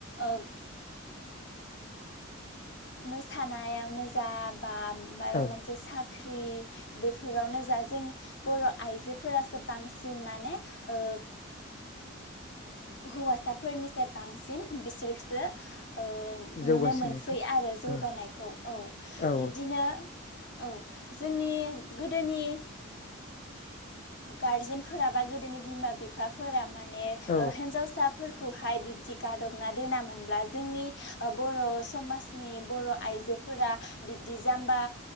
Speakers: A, on the left (about 55°); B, on the left (about 35°).
A: ओ। मोसानायावनो जा बा माबा
B: औ
A: मोनसे साख्रि बेफोरावनो जा जों बर' आइजोफोरासो बांसिन माने ओ हौवासाफोरनिसाय बांसिन बिसोरखोसो ओ
B: जौगासिननायखौ
A: नुनो मोनसै आरो जौगानायखौ
B: औ
A: औ
B: औ
A: बिब्दिनो औ जोंनि गोदोनि गारजेनफोरा बा गोदोनि बिमा-बिफाफोरा माने
B: औ
A: ओ हेनजावसाफोर खौहाय बिब्दि गादबना दोनामोनब्ला जोंनि ओ बर' समाजनि बर' आइजो फोरा बिब्दि जामबा